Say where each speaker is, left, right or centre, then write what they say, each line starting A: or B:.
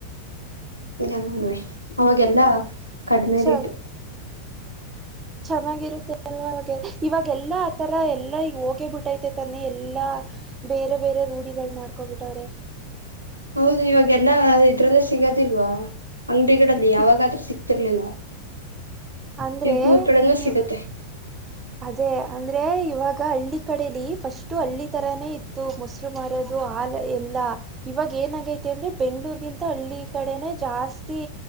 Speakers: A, on the right; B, on the right.
A: ಇಲ್ಲನ್ವೆ ಅವಾಗೆಲ್ಲ ಕಡಿಮೆರಿಟ್ಟ
B: ಚ ಚೆನ್ನಾಗಿರುತ್ತೆ ಅಲ್ವ ಹಾಗೆ ಇವಾಗ ಎಲ್ಲಾ ಆ ತರ ಎಲ್ಲಾ ಹೋಗೇ ಬಿಟ್ಟೈತೆ ತಾನೆ ಎಲ್ಲಾ ಬೇರೆ ಬೇರೆ ರೂಢಿಗಳು ಮಾಡ್ಕೋಬಿಟ್ಟವ್ರೆ
A: ಹೌದು ಇವಾಗೆಲ್ಲಾ ಇದ್ರಲ್ಲ ಸಿಗೋದಿಲ್ವಾ ಅಂಗಡಿಗಳಲ್ಲಿ ಯಾವಾಗಾದ್ರೂ
B: ಈಗ
A: ಸಿಕ್ತ ಸರ್ಲಿಲ್ಲಾ
B: ಅಂದ್ರೆ
A: ಈಗ ಊರ್ ಕಡೆನ್ನು
B: ಈ
A: ಸಿಗತ್ತೆ
B: ಅದೇ ಅಂದ್ರೆ ಇವಾಗ ಹಳ್ಳಿ ಕಡಲಿ ಫಸ್ಟು ಹಳ್ಳಿ ತರಾನೇ ಇತ್ತು ಮೊಸರು ಮಾರೋದು ಹಾಲ್ ಎಲ್ಲಾ ಇವಾಗ ಏನಾಗೈತೆ ಅಂದ್ರೆ ಬೆಂಗ್ಳೂರ್ಗಿಂತ ಹಳ್ಳಿ ಕಡೆನೆೇ ಜಾಸ್ತಿ